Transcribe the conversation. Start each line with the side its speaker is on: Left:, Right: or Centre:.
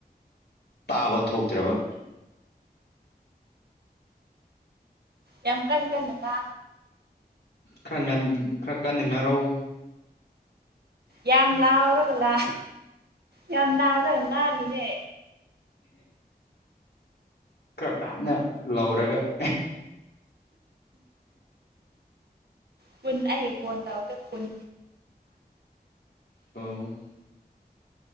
Left: ꯇꯥꯕ ꯊꯣꯛꯇ꯭ꯔꯕ
Right: ꯌꯥꯝ ꯀꯟ ꯀꯟꯅꯀ
Left: ꯈꯔ ꯉ ꯈꯔ ꯀꯥꯟꯅꯤꯡꯉꯥꯏꯔꯧ
Right: ꯌꯥꯝ ꯂꯥꯎꯔꯒ ꯂꯥꯎ ꯌꯥꯝ ꯂꯥꯎꯔꯒ ꯉꯥꯡꯉꯤꯅꯦ
Left: ꯈꯔ ꯀꯥꯟꯅ ꯂꯧꯔꯒ <inaudible>
Right: ꯄꯨꯨꯟ ꯑꯏꯌꯦ ꯐꯣꯟ ꯇꯧꯒ ꯐꯨꯟ
Left: ꯑꯣ